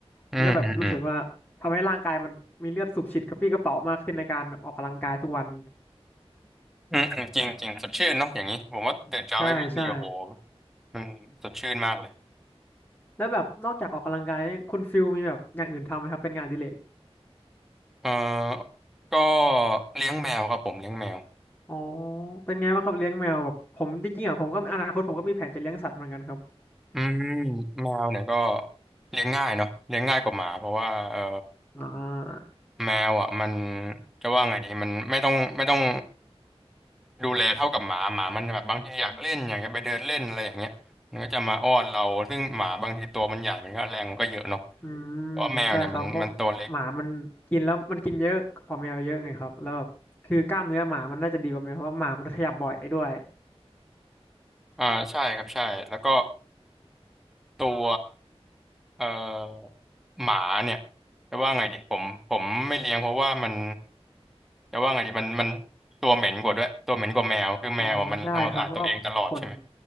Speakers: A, in the centre; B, on the left.
A: อืมอืมอืม
B: มันก็แบบรู้สึกว่าทำให้ร่างกายมันมีเลือดสูบฉีดกระปรี้กระเป๋ามากขึ้นในการออกกำลังกายทุกวัน
A: อืมอืมจริงจริงสดชื่นเนาะอย่างนี้ผมว่าตื่นเช้าไปวิ่งเนี่ยโอ้โห
B: ใช่ใช่
A: มันสดชื่นมากเลย
B: แล้วแบบนอกจากออกกำลังกายเนี่ยคุณฟิลมีแบบอย่างอื่นทำไหมครับเป็นงานอดิเรก
A: เอ่อก็เลี้ยงแมวครับผมเลี้ยงแมว
B: อ๋อเป็นไงบ้างครับเลี้ยงแมวแบบผมจริงๆอ่ะผมก็อนาคตผมก็มีแผนจะเลี้ยงสัตว์เหมือนกันครับ
A: อืมแมวเนี่ยก็เลี้ยงง่ายเนาะเลี้ยงง่ายกว่าหมาเพราะว่าเออ
B: อ่า
A: แมวอ่ะมันจะว่าไงดีมันไม่ต้องไม่ต้องดูแลเท่ากับหมาหมามันแบบบางทีอยากเล่นอยากจะไปเดินเล่นอะไรอย่างเงี้ยมันก็จะมาอ้อนเราซึ่งหมาบางทีตัวมันใหญ่มันก็แรงมันก็เยอะเนาะ
B: อืมใช่ครับเพราะหมามันกินแล้วมันกินเยอะกว่าแมวเยอะไงครับแล้วแบบคือกล้ามเนื้อหมามันน่าจะดีกว่าแมวเพราะว่าหมามันขยับบ่อยด้วย
A: เพราะว่าแมวเนี่ยมันมันตัวเล็กอ่าใช่ครับใช่แล้วก็ตัวเอ่อหมาเนี่ยจะว่าไงดีผมผมไม่เลี้ยงเพราะว่ามัน แต่ว่าไงดีมันมันตัวเหม็นกว่าด้วยตัวเหม็นกว่าแมวคือแมวอะมันทำความสะอาดตัวเองตลอดใช่ไหม
B: อ๋อใช่ครับเพราะว่าขน